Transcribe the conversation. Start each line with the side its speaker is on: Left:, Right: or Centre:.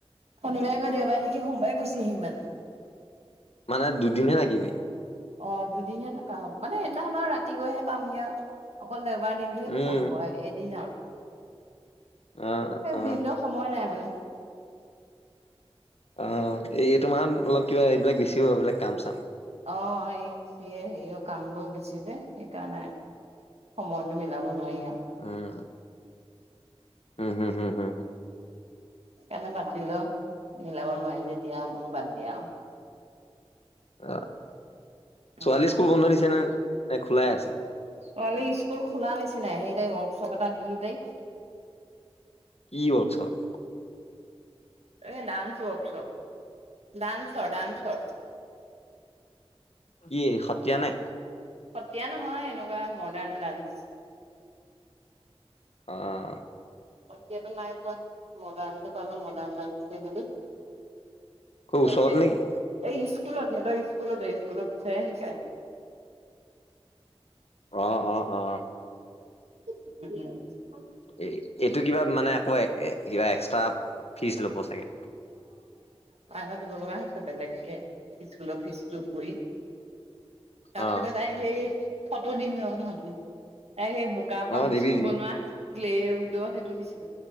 Right: শনিবাৰে আকৌ দেওবাৰে থাকি সোমবাৰে গুচি আহিম মানে।
Left: মানে দুদিনহে থাকিবি?
Right: অ' দুদিনহে থকা হ'ব মানে সেইদিনাখন আৰু ৰাতি গৈহে পামগে আৰু অকল দে। এবাৰ দিনটোহে
Left: উম,
Right: থকা হ'ব এদিন আৰু।
Left: অ' অ'।
Right: ভিনদেউ সময় নাই মানে।
Left: অ' এই তোমা অলপ কিবা এইবিলাক বেছিও হয় এইবিলাক কাম চাম।
Right: অ' এই যিয়ে হেৰিও কামবোৰ বেছি যে সেইকাৰণে। সময়টো মিলাব নোৱাৰি আৰু।
Left: উম। উম হুম হুম হুম হ।
Right: সেইকাৰণে বাদ দিলো মিলাব নোৱাৰি। যেতিয়া বোলো বাদ দে আৰু।
Left: অ'
Right: আৰু
Left: ছোৱালী
Right: উম
Left: স্কুল
Right: উম
Left: বন্ধ দিছে নে নে খোলাই আছে।
Right: ছোৱালী স্কুল খোলা নিচিনাই সেই তাই ৱৰ্কশ্বপ এটাত দিলোঁ তাইক।
Left: কি ৱৰ্কশপ?
Right: এ ডান্স ৱৰ্কশপ ডান্সচৰ ডান্সচৰ।
Left: কি সত্ৰীয়া নে?
Right: সত্ৰীয়া নহয় এনেকুৱা মডাৰ্ণ ডান্স।
Left: অ'।
Right: সত্ৰীয়াটো নাই পোৱা। মডাৰ্ণটো পালোঁ মডাৰ্ণ নামটোকে দিলোঁ।
Left: খুব
Right: তাকে
Left: ওচৰত নেকি
Right: এই। স্কুলত হেত স্কুলতেই স্কুলত চাৰে শিকাই।
Left: অ' অ' অ' অ'।
Right: <unintelligible>
Left: এ এইটো কিবা মানে আকৌ কিবা এক্সট্ৰা ফিজ ল'ব চাগে।
Right: ভাবিব লগা হৈছে বেলেগকে স্কুলৰ ফিজটো কৰি। তাৰপিছতে
Left: অ
Right: তাই সেই ফটো দিম ৰহ তহতলে। তাই সেই বোকাৰ পৰা
Left: অ
Right: বস্তু
Left: দিবি দিবি
Right: বনোৱা ক্লে উদৰ সেইটো দিছিলোঁ